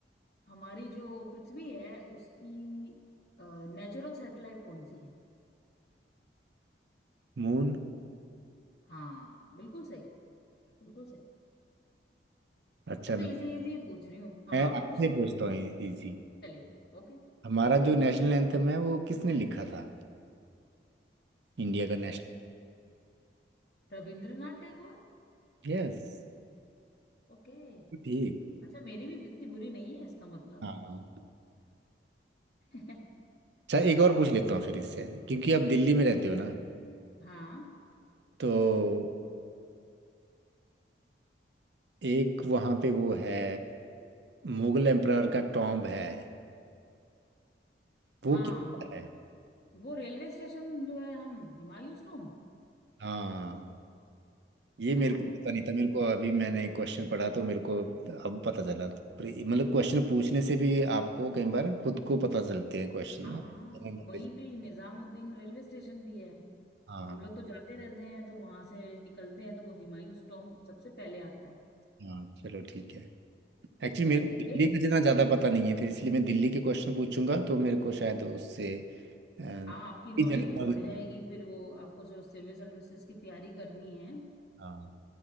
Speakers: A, on the left; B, on the right.
A: हमारी जो पृथ्वी है उसकी नेचुरल सैटेलाइट कौन सी है
B: मून
A: हाँ बिल्कुल सही बिल्कुल सही
B: अच्छा
A: मैं
B: मैं
A: तो इजी इजी पूछ रही हूँ अब
B: मैं
A: आप
B: आपसे
A: पूछिए
B: पूछता हूँ इजी
A: चलिए ओके
B: हमारा जो नेशनल एंथम है वो किसने लिखा था इंडिया का नेशनल
A: रविंद्रनाथ टैगोर
B: यस
A: ओके
B: ठीक
A: अच्छा मेरी भी इतनी बुरी नहीं है इसका मतलब
B: हाँ
A: <laughs>
B: अच्छा एक और पूछ लेता हूँ फिर इससे क्योंकि आप दिल्ली में रहते हो ना
A: हाँ
B: तो एक वहाँ पे वो है मुगल एम्परर का टॉम्ब है वो
A: हाँ
B: किसका है
A: वो रेलवे स्टेशन जो है हम हुमायूं टॉम्ब
B: हाँ ये मेरे
A: है ना
B: को पता नहीं था मेरे को अभी मैंने क्वेश्चन पढ़ा तो मेरे को अब पता चला पर ये- मतलब क्वेश्चन पूछने से भी आपको कई बार खुद को पता चलते हैं क्वेश्चन
A: हाँ
B: ना
A: हाँ
B: General knowledge
A: वहीं पे ही निजामुद्दीन रेलवे स्टेशन भी है
B: हाँ
A: तो हम लोग तो जाते रहते हैं तो वहां से निकलते हैं तो वो हुमायूं टॉम्ब सबसे पहले आता है
B: हाँ चलो ठीक है एक्चुअली
A: चलिए
B: मेरे को दिल्ली
A: एक
B: का जितना ज़्यादा पता नहीं है तो इसलिए मैं दिल्ली के क्वेश्चन पूछूंगा तो मेरे को शायद उससे अ, जनरल
A: हाँ आपकी नॉलेज
B: नॉलेज
A: बढ़ जाएगी फिर वो आपको जो सिविल सर्विसेज की तैयारी करनी है
B: हाँ